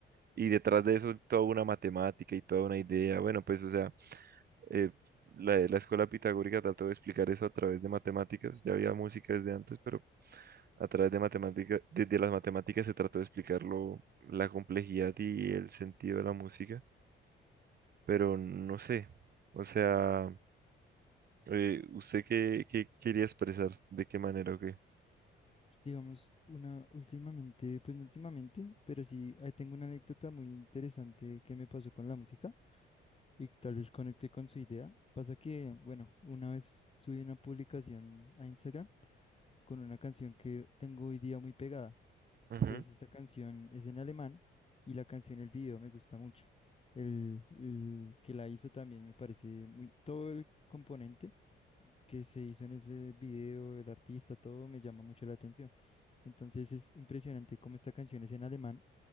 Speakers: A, on the right; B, on the left.
A: Y detrás de eso toda una matemática y toda una idea. Bueno, pues o sea, eh, la, la escuela pitagórica trató de explicar eso a través de matemáticas. Ya había música desde antes, pero a través de matemáticas, desde las matemáticas se trató de explicarlo, la complejidad y el sentido de la música. Pero no sé, o sea, eh, ¿usted qué, qué quería expresar? ¿De qué manera o qué?
B: Digamos, una últimamente, pues no últimamente, pero sí, ahí tengo una anécdota muy interesante que me pasó con la música y que tal vez conecte con su idea. Pasa que, bueno, una vez subí una publicación a Instagram con una canción que tengo hoy día muy pegada.
A: Ujú,
B: Entonces esta canción es en alemán y la canción, el video me gusta mucho. El, el que la hizo también me parece muy, todo el componente que se hizo en ese video, el artista, todo me llama mucho la atención. Entonces es impresionante cómo esta canción es en alemán